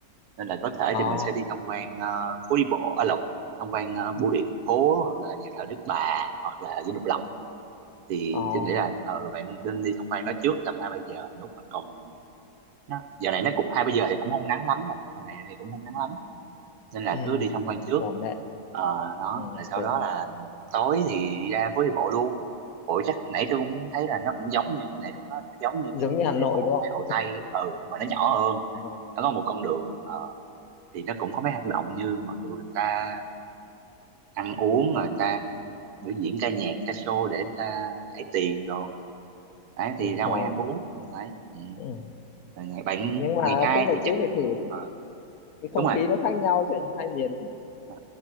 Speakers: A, on the right (about 85°); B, on the left (about 75°).
A: nên là có thể
B: Ồ
A: thì mình sẽ đi tham quan ờ, phố đi bộ ở Lộc tham quan ờ, bưu điện thành phố hoặc là nhà thờ Đức Bà hoặc là Dinh Độc Lập thì
B: Ồ
A: tôi nghĩ là ờ, bạn nên đi tham quan nó trước tầm hai ba giờ lúc mà còn nó giờ này nó cũng hai ba giờ thì cũng không nắng lắm đâu tầm này thì cũng không nắng lắm nên là
B: ừ,
A: cứ đi tham
B: ừ,
A: quan trước
B: ổn đấy
A: ờ đó
B: ừ,
A: rồi sau
B: được
A: đó
B: rồi
A: là tối thì ra phố đi bộ luôn ủa chắc nãy tôi cũng thấy là nó cũng giống như nãy tôi nói nó giống như
B: giống
A: cái
B: như Hà Nội
A: phố đi bộ
B: đúng không
A: ngoài Hồ Tây ừ nhưng mà nó nhỏ hơn
B: đúng rồi,
A: nó có một con đường ờ, thì nó cũng có mấy hoạt động như mọi người người ta ăn uống rồi người ta biểu diễn ca nhạc ca show để người ta ấy tiền đồ đấy thì
B: đúng
A: ra
B: rồi.
A: ngoài ăn uống đấy ừ.
B: Ừ.
A: Rồi ngày bạn
B: nhưng mà
A: ngày hai
B: cũng
A: thì
B: phải
A: chắc
B: cứ phải thử
A: ờ,
B: cái
A: đúng
B: không
A: rồi
B: khí nó khác nhau chứ hai miền
A: ờ,